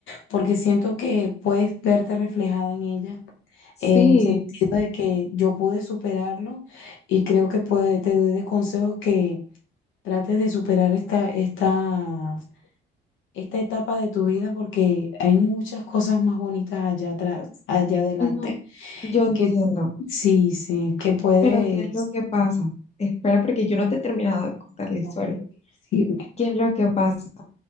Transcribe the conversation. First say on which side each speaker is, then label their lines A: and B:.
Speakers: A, on the left (about 80°); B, on the left (about 35°).
A: porque siento que puedes verte reflejada en ella,
B: Sí,
A: eh, el sentido de que yo pude superarlo y creo que puede- te doy de consejo que trates de superar esta, esta, esta etapa de tu vida porque hay muchas cosas más bonitas allá atrás, allá adelante,
B: no, yo entiendo,
A: que sí, sí, que puedes,
B: pero ¿qué es lo que pasa? Espera, porque yo no te he terminado de contar la historia.
A: ok, sí,
B: ¿Qué es lo que pasa?